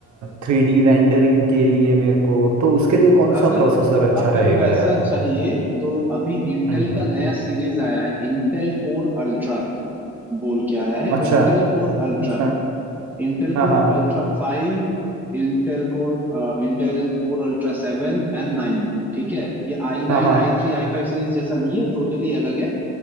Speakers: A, on the right; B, in the centre.
A: थ्री डी रेंडरिंग के लिए मेरे को तो उसके लिए कौन
B: अगर
A: सा प्रोसेसर अच्छा
B: अगर
A: रहेगा
B: वैसा
A: यार
B: चाहिए तो अभी इंटेल
A: हम्म हम्म
B: का नया सीरीज आया है इंटेल कोर अल्ट्रा बोल के आया है
A: अच्छा
B: Intel core ultra
A: अच्छा
B: Intel
A: हाँ
B: core
A: हाँ
B: ultra five Intel core Intel core ultra seven and nine ठीक है ये I nine
A: हाँ हाँ
B: I three I five series जैसा नहीं है टोटली अलग है